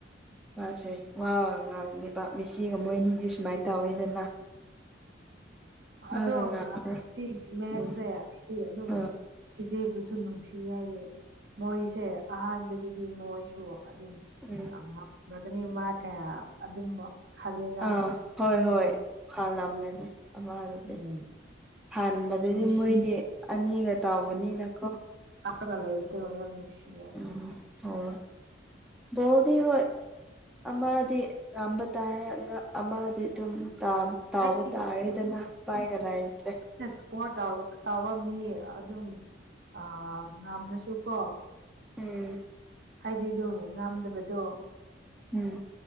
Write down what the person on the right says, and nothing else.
ꯑ
ꯑꯗꯣ
ꯔꯇꯤꯒꯤ ꯃꯦꯠꯁꯦ
ꯑꯩ ꯑꯗꯨꯝ
ꯏꯆꯦꯕꯨꯁꯨ ꯅꯨꯡꯁꯤ ꯍꯥꯏꯗꯤ ꯃꯣꯏꯁꯦ ꯑꯍꯥꯟꯕꯗꯗꯤ ꯃꯣꯏꯁꯨ ꯑꯗꯨꯝ
ꯉꯥꯡꯔꯒꯅꯤ ꯃꯥꯒ ꯑꯗꯨꯝ ꯈꯜꯂꯦꯅ
ꯑꯃꯨꯛꯇꯤ
ꯎꯝ
ꯅꯨꯡꯁꯤ
ꯀꯒꯥ ꯂꯩꯕꯗꯣ ꯌꯥꯝ ꯅꯨꯡꯁꯤꯌꯦ
ꯑꯩꯗꯤꯀꯣ
ꯑꯩꯅꯁꯨ ꯇꯥꯎꯕ ꯃꯤ ꯑꯗꯨꯝ ꯑ ꯉꯝꯅꯁꯨ ꯀꯣ
ꯍꯥꯏꯗꯤ ꯑꯗꯨ ꯉꯥꯝꯗꯕꯗꯣ